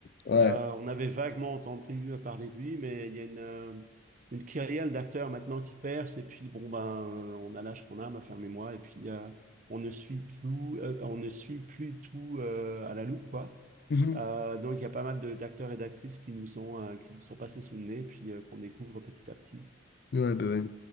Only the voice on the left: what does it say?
Ouais.
Mhm.
Ouais, bah ouais.